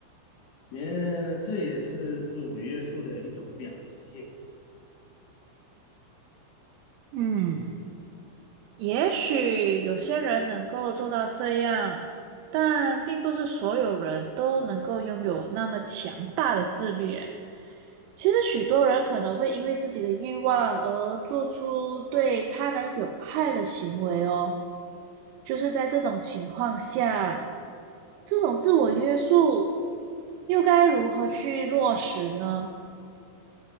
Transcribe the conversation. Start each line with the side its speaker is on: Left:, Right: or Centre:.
Left: 也这也是自我约束的一种表现。
Right: 嗯，也许有些人能够做到这样，但并不是所有人都能够拥有那么强大的自律耶其实许多人可能会因为自己的欲望而做出对他人有害的行为哦。就是在这种情况下，这种自我约束又该如何去落实呢？